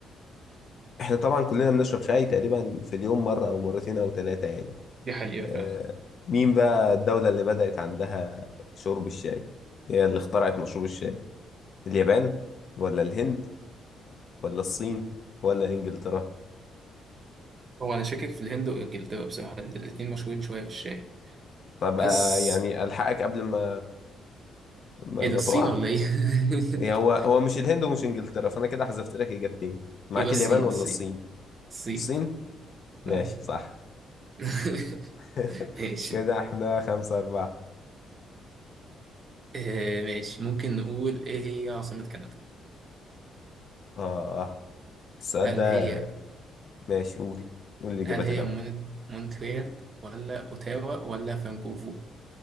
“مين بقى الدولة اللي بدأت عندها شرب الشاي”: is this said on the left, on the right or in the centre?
Left